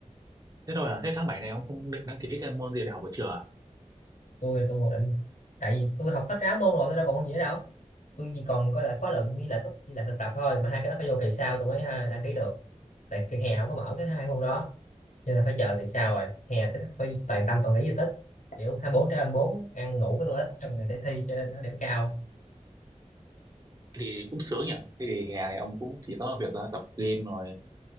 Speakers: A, on the right; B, on the left.
A: thế thôi à thế tháng 7 này ông không định đăng ký thêm môn gì để học buổi trưa à?
B: tôi tôi còn định tại vì tôi học hết ráo môn rồi tôi đâu còn môn gì nữa đâu tôi chỉ còn có là khóa luận với lại túc với lại thực tập thôi mà hai cái đó phải vô kỳ sau tôi mới ha, đăng ký được tại kỳ hè không có mở cái hai môn đó nên là phải chờ kỳ sau rồi hè tới phải toàn tâm toàn ý di tích kiểu 24 trên 24 ăn ngủ với
A: ờ.
B: tôi ít xong rồi để thi cho nó điểm cao
A: Thế thì cũng sướng nhỉ thế thì hè này ông cũng chỉ có việc ờ, tập gym rồi ấy